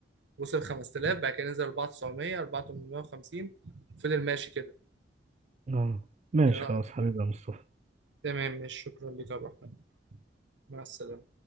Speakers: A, on the right; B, on the right.
A: وصل 5000 بعد كده نزل 4900 4850 فضل ماشي كده
B: اه ماشي
A: كان-
B: خلاص حبيبي يا مصطفى
A: تمام ماشي شكرا لك يا عبد الرحمن مع السلامه